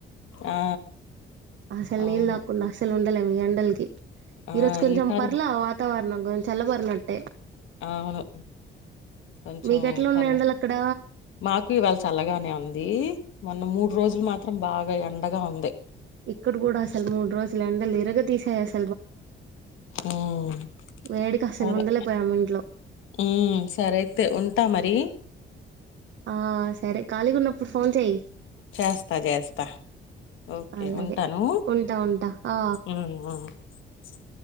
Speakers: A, on the left; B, on the right.
A: ఆ
B: అసలు
A: అవును
B: నీల తాగకుండా అసలు ఉండలేం ఇ ఎండలకి
A: ఆ
B: ఈరోజు కొంచం
A: ఈసారి
B: పర్లే వాతావర మనకొంచం చాలబర్నేట్
A: అవును కొంచెం
B: మీకు ఎట్లా ఉన్నాయి
A: చల్లా
B: ఎండలు అక్కడ
A: మాకు ఇవాళ చల్లగానే ఉంది మొన్న మూడు రోజులు మాత్రం బాగా ఎండగా ఉంది
B: ఇక్కడ కూడా అసలు మూడు రోజులు ఎండలు ఇరగ తీసేయస్త
A: ఉమ్
B: వేడికి అసలు
A: అరే
B: ఉండలేపోయాము ఇంట్లో
A: ఉమ్ సర అయితే ఉంటా మరి
B: ఆ సరే ఖాళీగా ఉన్నప్పుడు ఫోన్ చెయ్యి
A: చేస్తా చేస్తా ఓకే
B: అలాగే
A: ఉంటాను
B: ఉంటా ఉంటా ఆ
A: ఉమ్ ఉ స